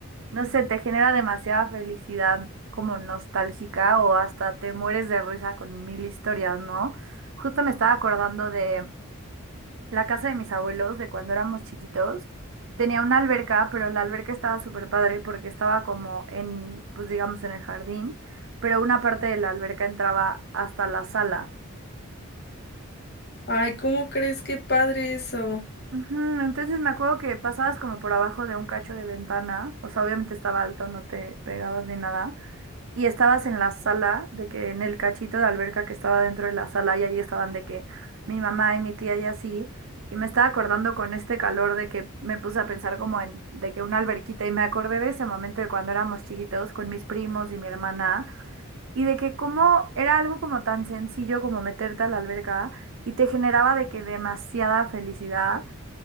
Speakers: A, on the right (about 60°); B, on the left (about 45°).
A: no sé, te genera demasiada felicidad como nostálgica o hasta te mueres de risa con mil historias, ¿no? Justo me estaba acordando de... La casa de mis abuelos, de cuando éramos chiquitos, tenía una alberca, pero la alberca estaba súper padre porque estaba como en, pues digamos, en el jardín, pero una parte de la alberca entraba hasta la sala.
B: Ay, ¿cómo crees? Qué padre eso.
A: Ujú, Entonces me acuerdo que pasabas como por abajo de un cacho de ventana, o sea, obviamente estaba alto, no te pegabas ni nada, Y estabas en la sala, de que en el cachito de alberca que estaba dentro de la sala y ahí estaban de que mi mamá y mi tía y así. Y me estaba acordando con este calor de que me puse a pensar como en de que una alberquita y me acordé de ese momento de cuando éramos chiquitos con mis primos y mi hermana y de que como era algo como tan sencillo como meterte a la alberca y te generaba de que demasiada felicidad